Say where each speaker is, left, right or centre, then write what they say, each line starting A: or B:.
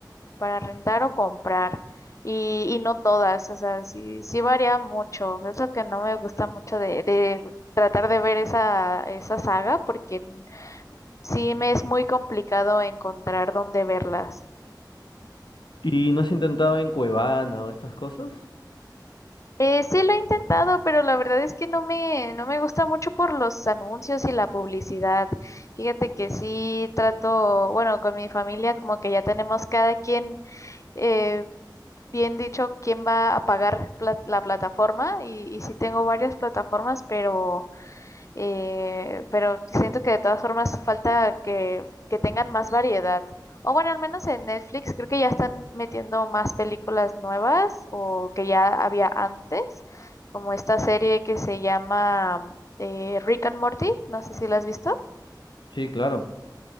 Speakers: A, on the left; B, on the left.
A: para rentar o comprar. Y, y no todas, o sea, sí, sí varía mucho. Es lo que no me gusta mucho de, de tratar de ver esa, esa saga, porque sí me es muy complicado encontrar dónde verlas.
B: ¿Y no has intentado en Cuevana o estas cosas?
A: Eh, sí lo he intentado, pero la verdad es que no me, no me gusta mucho por los anuncios y la publicidad. Fíjate que sí trato, bueno, con mi familia como que ya tenemos cada quien eh, bien dicho quién va a pagar pla- la plataforma y, y sí tengo varias plataformas, pero eh, pero siento que de todas formas falta que, que tengan más variedad. O bueno, al menos en Netflix creo que ya están metiendo más películas nuevas o que ya había antes, como esta serie que se llama mm, eh, Rick and Morty, no sé si la has visto.
B: Sí, claro.